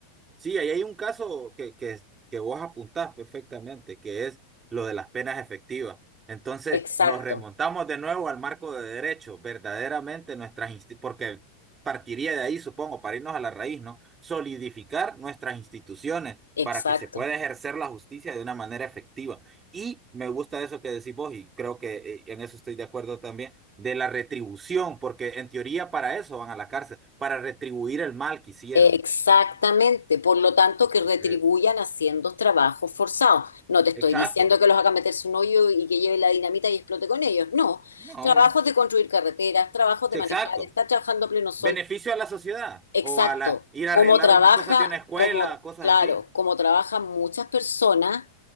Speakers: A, on the right (about 25°); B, on the left (about 85°).
A: Sí, ahí hay un caso que, que, que vos apuntás perfectamente, que es lo de las penas efectivas. Entonces,
B: Exacto,
A: nos remontamos de nuevo al marco de derecho, verdaderamente nuestras insti- porque partiría de ahí, supongo, para irnos a la raíz, ¿no? Solidificar nuestras instituciones
B: exacto.
A: para que se pueda ejercer la justicia de una manera efectiva. Y me gusta eso que decís vos, y creo que eh, en eso estoy de acuerdo también, de la retribución, porque en teoría para eso van a la cárcel, para retribuir el mal que hicieron.
B: Exactamente. Por lo tanto,
A: Entonces,
B: que retribuyan haciendo trabajos forzados. No te estoy
A: Exacto.
B: diciendo que los hagan meterse un hoyo y que lleve la dinamita y explote con ellos. No.
A: No,
B: Trabajos de construir carreteras, trabajos de
A: sí,
B: manejar,
A: exacto.
B: estar trabajando a pleno sol.
A: Beneficio a la sociedad
B: Exacto,
A: o a la ir a
B: cómo
A: arreglar
B: trabaja,
A: unas cosas de una escuela,
B: como
A: cosas
B: claro,
A: así.
B: cómo trabajan muchas personas